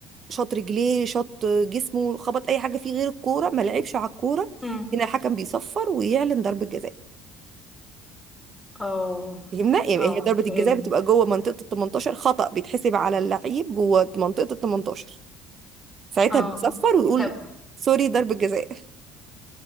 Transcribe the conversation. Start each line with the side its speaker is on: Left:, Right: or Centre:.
Right: شاط رجليه شاط جسمه خبط اي حاجه فيه غير الكوره ما لعبش على الكوره
Centre: امم
Right: هنا الحكم بيصفر ويعلن ضربه جزاء
Centre: اه
Right: فهمنا يعني
Centre: اه
Right: هي ضربة
Centre: فهمت
Right: الجزاء بتبقى جوه منطقة ال 18 خطأ بيتحسب على اللعيب جوه منطقة ال 18 ساعتها
Centre: اه
Right: بيصفر ويقول
Centre: طب
Right: سوري ضربة جزاء